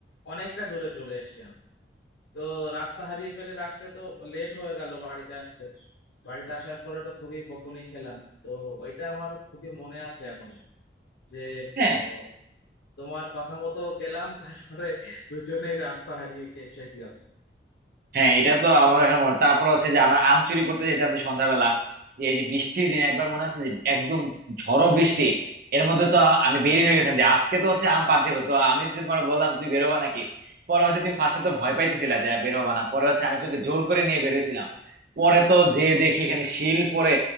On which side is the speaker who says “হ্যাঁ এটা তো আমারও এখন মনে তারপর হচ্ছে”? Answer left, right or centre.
Right